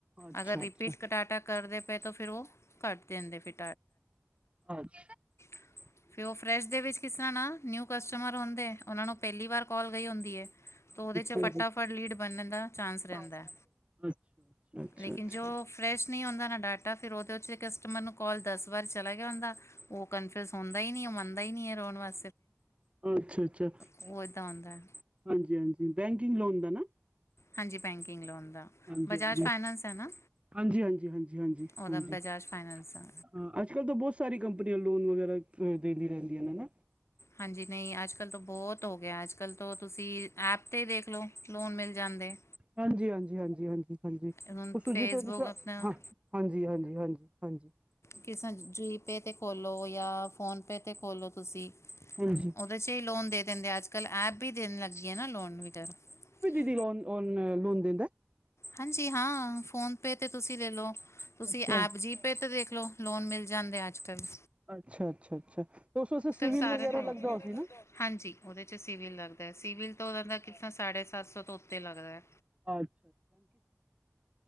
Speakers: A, on the right; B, on the left.
A: ਅੱਛਾ,
B: ਅਗਰ ਰਿਪੀਟ
A: ਅੱਛਾ।
B: ਕਟਾਟਾ ਕਰਦੇ ਪਏ ਤੋਂ ਫਿਰ ਉਹ ਕੱਟ ਦੇਂਦੇ ਫਿਰ
A: ਅੱਛ
B: <inaudible> ਫੇਰ ਉਹ ਫਰੈਸ਼ ਦੇ ਵਿੱਚ ਕਿਸ ਤਰ੍ਹਾਂ ਨਾ ਨਿਊ ਕਸਟਮਰ ਹੁੰਦੇ ਉਹਨਾ ਨੂੰ ਪਹਿਲੀ ਵਾਰ ਕਾਲ ਗਈ ਹੁੰਦੀ ਏ। ਤੋਂ ਉਹਦੇ ਚ
A: ਹਾਂਜੀ।
B: ਫਟਾਫਟ ਲੀਡ ਬਨਨ ਦਾ ਚਾਂਸ ਰਹਿੰਦਾ
A: ਅੱਛਾ,
B: ਹੈ
A: ਅੱਛਾ,
B: ਲੇਕਿਨ
A: ਅੱਛਾ, ਅੱਛਾ।
B: ਜੋ ਫਰੈਸ਼ ਨਹੀਂ ਹੁੰਦਾ ਨਾ ਡਾਟਾ ਫਿਰ ਉਹਦੇ ਵਿੱਚ ਕਸਟਮਰ ਨੂੰ ਕਾਲ ਦਸ ਵਾਰ ਚਲਾ ਗਿਆ ਹੁੰਦਾ। ਉਹ ਕਨਫਿਊਜ ਹੁੰਦਾ ਹੀ ਨਹੀਂ, ਮੰਨਦਾ ਹੀ ਨੀ ਹੈ ਰੋਣ ਵਾਲ
A: ਅੱਛਾ ਅੱਛਾ,
B: ਉਹ ਇੱਦਾਂ ਹੁੰਦਾ ਹੈ।
A: ਹਾਂਜੀ-ਹਾਂਜੀ, ਬੈਂਕਿੰਗ ਲੋਨ ਦਾ ਨਾ?
B: ਹਾਂਜੀ, ਬੈਂਕਿੰਗ ਲੋਨ ਦਾ,
A: ਹਾਂਜੀ,
B: ਬਜਾਜ
A: ਹਾਂਜੀ।
B: ਫਾਈਨਸ ਹੈ ਨਾ?
A: ਹਾਂਜੀ, ਹਾਂਜੀ, ਹਾਂਜੀ, ਹਾਂਜੀ,
B: ਉਹਦਾ
A: ਹਾਂਜੀ
B: ਬਜਾਜ
A: ਹਾਂ
B: ਫਾਈਨੈਂਸ ਆ
A: ਅੱਜ ਕੱਲ੍ਹ ਤਾਂ ਬੋਤ ਸਾਰੀ ਕੰਪਨੀਆਂ ਲੋਨ ਵਗੈਰਾ ਅ ਦੇਂਦੀ ਰਹਿੰਦੀਆਂ ਹਨਾ?
B: ਹਾਂਜੀ, ਨਹੀਂ ਅੱਜ ਅੱਜ-ਕੱਲ ਤੋਂ ਬੋਤ ਹੋ ਗਿਆ, ਅੱਜ ਕਲ ਤੋਂ ਤੁਸੀਂ ਐਪ ਤੇ ਦੇਖਲੋ ਲੋਨ ਮਿਲ ਜਾਂਦੇ।
A: ਹਾਂਜੀ, ਹਾਂਜੀ, ਹਾਂਜੀ, ਹਾਂਜੀ, ਹਾਂਜੀ
B: ਹੁਣ
A: ਉਹ
B: ਫੇਸਬੁੱਕ
A: ਜਿਸ ਤਰਾਂ, ਜਿਸ ਤਰਾਂ
B: ਆਪਣਾ
A: ਹਾਂ ਹਾਂਜੀ, ਹਾਂਜੀ, ਹਾਂਜੀ। ਹਾਂਜੀ।
B: ਜਿਸ ਤਰਾਂ ਜ਼ੁਈ ਪੇ 'ਤੇ ਖੋਲੋ ਯਾ ਫੋਨਪੇ 'ਤੇ ਖੋਲ੍ਹੋ ਤੁਸੀਂ
A: ਹਾਂਜੀ।
B: ਉਹਦੇ ਚ ਹੀ ਲੋਨ ਦੇ ਦੇਂਦੇ, ਅੱਜ ਕੱਲ ਐਪ ਵੀ ਦੇਨ ਲੱਗ ਗੀ ਹੈ ਨਾ ਲੋਨ <unintelligible>
A: ਲੋ ਔਨ ਲੋਨ ਦਿੰਦਾ।
B: ਹਾਂਜੀ ਹਾਂ, ਫੋਨ ਪੇ ਤੇ ਤੁਸੀਂ ਲੈ ਲੋ। ਤੁਸੀਂ
A: ਅੱਛਾ।
B: ਐਪ ਜੀਪੇ ਤੇ ਦੇਖਲੋ, ਲੋਨ ਮਿਲ ਜਾਂਦੇ ਅੱਜ ਕੱਲ।
A: ਅੱਛਾ-ਅੱਛਾ-ਅੱਛਾ ਤਾਂ ਉਸਸੇ ਸਿਵਿਲ
B: ਸਾਰਿਆਂ
A: ਵਗੈਰਾ
B: ਤੇ ਹੋ
A: ਲੱਗਦਾ
B: ਗਿਆ।
A: ਹੋਸੀ ਨਾ
B: ਹਾਂਜੀ, ਉਹਦੇ 'ਚ ਸਿਵਲ ਲੱਗਦਾ, ਸਿਵਲ ਤੋਂ ਉਹਨਾਂ ਦਾ ਕਿਤਨਾ ਸਾਢੇ ਸੱਤ ਸੌ ਤੋਂ ਉੱਤੇ ਲੱਗਦਾ।
A: <unintelligible>